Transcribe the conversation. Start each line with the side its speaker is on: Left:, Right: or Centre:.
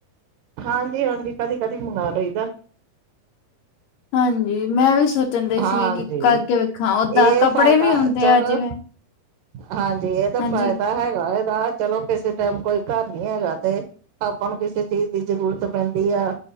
Right: ਹਾਂਜੀ-ਹਾਂਜੀ, ਕਦੀ-ਕਦੀ ਮੰਗਾ ਲਈਦਾ।
Left: ਹਾਂਜੀ, ਮੈਂ ਵੀ ਸੋਚ- ਕਿਹੰਦੇ
Right: ਹਾਂਜੀ
Left: ਸੀ ਕਿ ਕਰਕੇ ਵੇਖਾਂ ਓਦਾਂ
Right: ਇਹ
Left: ਕੱਪੜੇ
Right: ਫਾਇਦਾ
Left: ਵੀ ਹੁੰਦੇ
Right: ਚਲੋ
Left: ਆ ਜਿਵੇਂ
Right: ਹਾਂਜੀ, ਇਹ ਤਾਂ
Left: ਹਾਂਜੀ
Right: ਫਾਇਦਾ ਹੈਗਾ ਇਹਦਾ ਚਲੋ ਕਿਸੇ ਟਾਈਮ ਕੋਈ ਘਰ ਨੀ ਹੈਗਾ ਤੇ- ਆਪਾਂ ਨੂੰ ਕਿਸੇ ਚੀਜ਼ ਦੀ ਜ਼ਰੂਰਤ ਪੈਂਦੀ ਆ-